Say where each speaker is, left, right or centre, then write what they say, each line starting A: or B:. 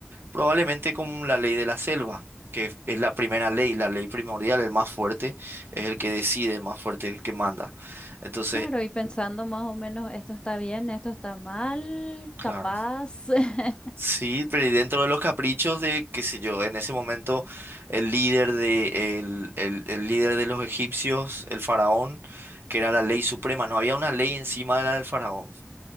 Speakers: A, on the right (about 65°); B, on the left (about 25°).
A: probablemente con la ley de la selva, que es la primera ley, la ley primordial, el más fuerte es el que decide, el más fuerte es el que manda. Entonces,
B: Claro, y pensando más o menos, esto está bien, esto está mal,
A: claro.
B: capaz. <laughs>
A: Sí, pero y dentro de los caprichos de, qué sé yo, en ese momento el líder de, el, el- el líder de los egipcios, el faraón, que era la ley suprema, no había una ley encima de la del faraón.